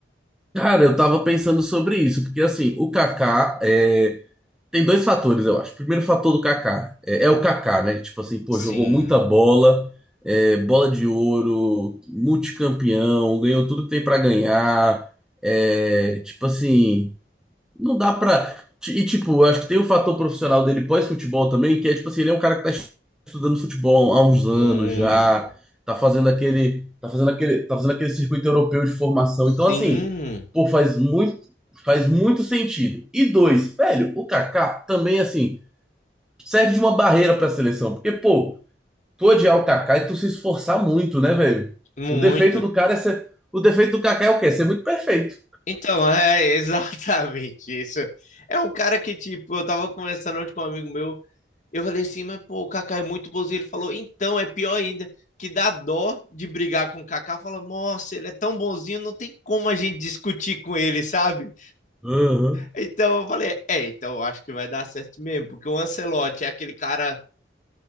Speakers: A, in the centre; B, on the left.
A: Cara, eu tava pensando sobre isso, porque assim, o Kaká é... tem dois fatores, eu acho. O Primeiro fator do Kaká é, é o Kaká, né? Tipo assim, pô,
B: Sim,
A: jogou muita bola, é, bola de ouro, multicampeão, ganhou tudo que tem pra ganhar. É, tipo assim. Não dá pra. E, tipo, eu acho que tem o fator profissional dele pós-futebol também, que é, tipo assim, ele é um cara que tá estudando futebol há uns
B: muito.
A: anos já, tá fazendo aquele, tá fazendo aquele, tá fazendo aquele circuito europeu de formação. Então,
B: Sim,
A: assim, pô, faz muito, faz muito sentido. E dois, velho, o Kaká também, assim, serve de uma barreira pra seleção, porque, pô, tu odiar o Kaká e tu se esforçar muito, né, velho?
B: muito.
A: O defeito do cara é ser, o defeito do Kaká é o quê? É Ser muito perfeito.
B: Então, <laughs> é exatamente isso. É um cara que, tipo, eu tava conversando ontem com um amigo meu, eu falei assim, mas pô, o Kaká é muito bonzinho. Ele falou, então, é pior ainda, que dá dó de brigar com o Kaká. Fala, nossa, ele é tão bonzinho, não tem como a gente discutir com ele, sabe?
A: Aham.
B: Então eu falei, é, então eu acho que vai dar certo mesmo, porque o Ancelotti é aquele cara